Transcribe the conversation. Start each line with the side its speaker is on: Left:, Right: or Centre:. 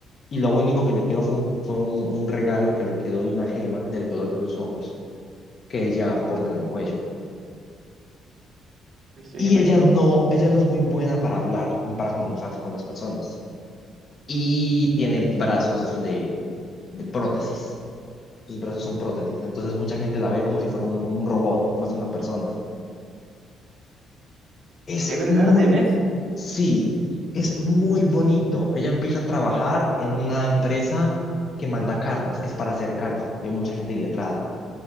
Left: Y lo único que le quedó fue un, fue un, un regalo que le quedó de una gema del color de sus ojos que ella porta en el cuello.
Right: pues se
Left: Y
Right: oye medio.
Left: ella no, ella no es muy buena para hablar ni para comunicarse con las personas. Y tiene brazos de, de prótesis. Sus brazos son prótesis. Entonces mucha gente la ve como si fuera un un robot más que una persona Es
Right: Evergarden,
Left: muy,
Right: ¿es?
Left: sí, es muy bonito. Ella empieza a trabajar en una empresa que manda cartas, que es para hacer cartas, porque hay mucha gente iletrada.